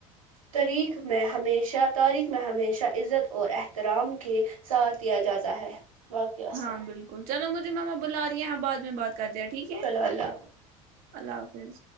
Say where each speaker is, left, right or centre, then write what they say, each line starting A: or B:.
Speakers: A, on the right; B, on the right.
A: تاریخ میں ہمیشہ تاریخ میں ہمیشہ عزت اور احترام کے ساتھ د جاتا ہے باقی السلام
B: ہاں بالکل چلو مجھے ماما بلا رہے ہیں بع میں بات کر د ٹھیک ہے
A: چلو اللہ حافظ.
B: الح حافظ